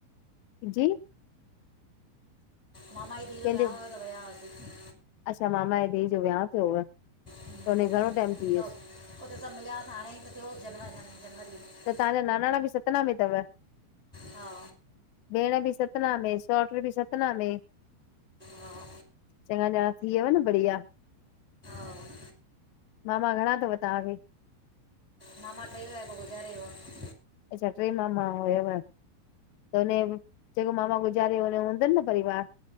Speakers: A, on the left (about 75°); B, in the centre.
A: जी
B: मामा धीउ जो
A: कंहिंजे
B: विहाव हुयो त वया हुआसीं।
A: अच्छा मामा जे धीउ जो विहाांउ थियो हुव, त
B: हम्म,
A: हुन खे घणो टाइम थी वियुसि?
B: त उते सब मिलयास हाणे ई त थियोस जनवरी नवी जनवरी में
A: त तव्हांजा नानाणा बि सतना में थव?
B: हा
A: भेण बि सतना में सहुट बि सतना में
B: हा
A: चङा जणा थी वयव न बढ़िया
B: हा
A: मामा घणा तव तव्हांखे?
B: मामा टे हुया हिक गुज़ारे वियो आ।
A: अच्छा टे मामा हुयव। त हुन जेको मामा गुज़ारे हुन जो हूंदनि न परिवार?